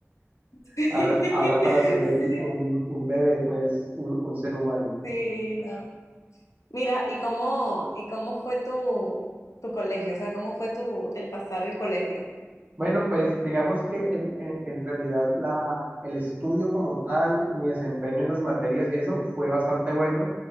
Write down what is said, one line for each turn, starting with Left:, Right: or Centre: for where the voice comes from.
Left: <laughs> sí,
Right: Ahora, ahora para tener un, un, un bebé, pues un, un ser humano.
Left: sí, no. Mira, ¿y cómo, y cómo fue tu, tu colegio? O sea, ¿cómo fue tu, el pasar el colegio?
Right: Bueno, pues digamos que en, en- en realidad la, el estudio como tal, mi desempeño en las materias y eso fue bastante bueno,